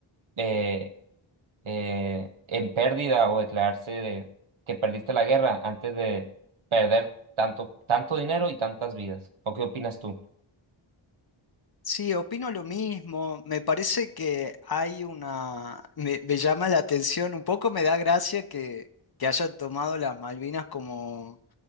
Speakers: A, on the right (about 70°); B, on the left (about 45°).
A: eh, eh, en pérdida o declararse de que perdiste la guerra antes de perder tanto, tanto dinero y tantas vidas. ¿O qué opinas tú?
B: Sí, opino lo mismo. Me parece que hay una... Me, me llama la atención, un poco me da gracia que, que hayan tomado las Malvinas como